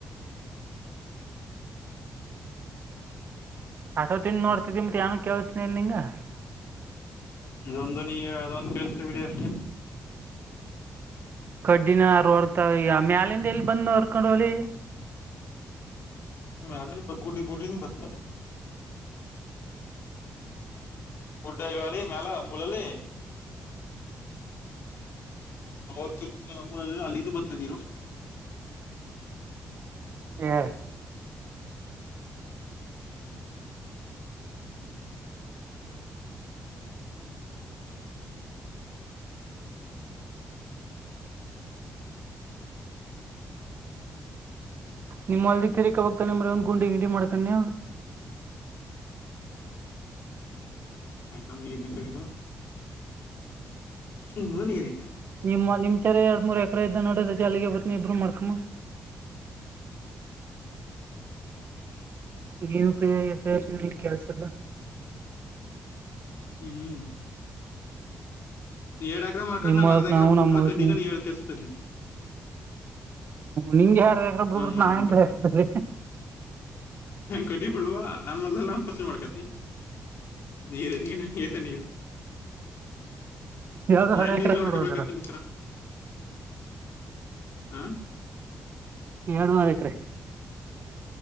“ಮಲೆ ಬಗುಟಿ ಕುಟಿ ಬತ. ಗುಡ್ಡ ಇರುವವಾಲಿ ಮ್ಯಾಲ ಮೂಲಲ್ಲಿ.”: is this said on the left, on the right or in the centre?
Left